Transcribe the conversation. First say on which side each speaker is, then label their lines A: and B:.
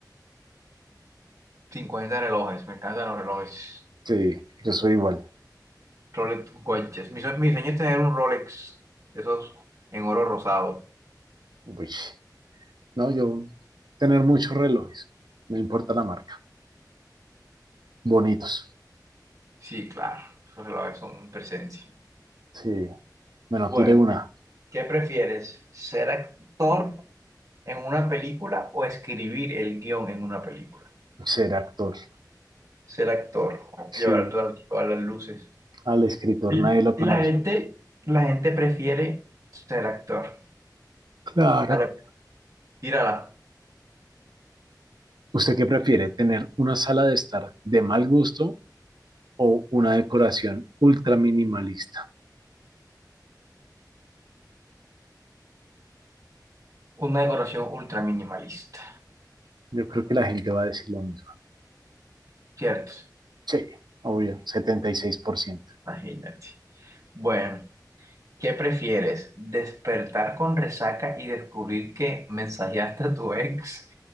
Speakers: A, on the right; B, on the right.
A: 50 relojes, me encantan los relojes.
B: Sí, yo soy igual.
A: Rolex Watches. Mi, sue- mi sueño es tener un Rolex, de esos en oro rosado.
B: Uy, no, yo tener muchos relojes, no importa la marca. Bonitos.
A: Sí, claro, esos relojes son presencia.
B: Sí, bueno,
A: Bueno.
B: tire una.
A: ¿Qué prefieres? ¿Ser actor en una película o escribir el guión en una película?
B: Ser actor.
A: Ser actor,
B: Sí,
A: llevar todas, todas las luces.
B: al escritor
A: Y,
B: nadie lo
A: y
B: conoce.
A: la gente, la gente prefiere ser actor.
B: Claro.
A: Vale, tírala.
B: ¿Usted qué prefiere? ¿Tener una sala de estar de mal gusto o una decoración ultra minimalista?
A: Una decoración ultra minimalista,
B: Yo creo que la gente va a decir lo mismo.
A: ¿cierto?
B: Sí, obvio, setenta y seis por ciento.
A: Imagínate. Bueno, ¿Qué prefieres? ¿Despertar con resaca y descubrir que mensajeaste a tu ex?